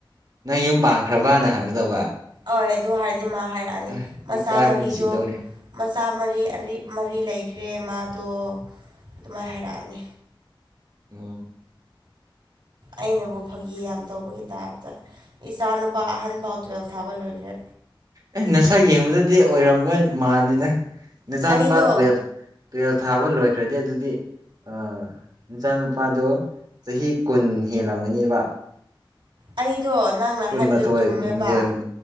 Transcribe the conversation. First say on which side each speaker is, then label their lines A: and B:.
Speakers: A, on the right; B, on the right.
A: ꯅꯪ ꯌꯨꯝ ꯄꯥꯟꯈ꯭ꯔꯕꯥꯅ ꯍꯪꯒꯗꯧꯕ
B: ꯑꯣꯏ ꯑꯗꯨ ꯍꯥꯏꯔꯗꯤ ꯃꯥ ꯍꯥꯏꯔꯛꯑꯅꯤ
A: ꯑ
B: ꯃꯆꯥ
A: ꯏꯀꯥꯏꯕꯅ
B: ꯃꯔꯤꯗꯣ
A: ꯁꯤꯗꯧꯔꯦ
B: ꯃꯆꯥ ꯃꯔꯤ ꯑꯔꯤ ꯃꯔꯤ ꯂꯩꯈ꯭ꯔꯦ ꯃꯥꯗꯣ ꯑꯗꯨꯃꯥꯏ ꯍꯥꯏꯔꯛꯑꯅꯤ
A: ꯎꯉꯣ
B: ꯑꯩꯅꯕꯨꯞ__ ꯐꯥꯒꯤ ꯌꯥꯝ ꯇꯧꯕꯒꯤ ꯇꯥꯏꯞꯇ ꯏꯆꯥ ꯅꯨꯄꯥ ꯑꯍꯟꯐꯥꯎ ꯇꯨꯌꯦꯜꯐ ꯊꯥꯕ ꯂꯣꯏꯈ꯭ꯔꯦ
A: ꯑꯦ ꯅꯁꯛ ꯌꯦꯡꯕꯗꯗꯤ ꯑꯣꯏꯔꯝꯃꯣꯏ ꯃꯥꯟꯗꯦꯗ ꯅꯆꯥ
B: ꯑꯩꯗꯣ
A: ꯅꯨꯨꯄꯥ ꯇꯨꯋꯦꯜꯞ__ ꯇꯨꯋꯦꯜꯞ ꯊꯥꯕ ꯂꯣꯏꯈ꯭ꯔꯗꯤ ꯑꯗꯨꯗꯤ ꯑꯥ ꯅꯆꯥꯅꯨꯄꯥꯗꯣ ꯆꯍꯤ ꯀꯨꯟ ꯍꯦꯜꯂꯝꯒꯅꯦꯕ
B: ꯑꯩꯗꯣ ꯅꯪꯅ
A: ꯀꯨꯟꯃꯥꯊꯣꯏ
B: ꯍꯥꯏꯕꯗꯣ ꯆꯨꯝꯃꯦꯕ
A: ꯀꯨꯟꯍꯨꯝꯗꯣꯏ ꯍꯨꯝ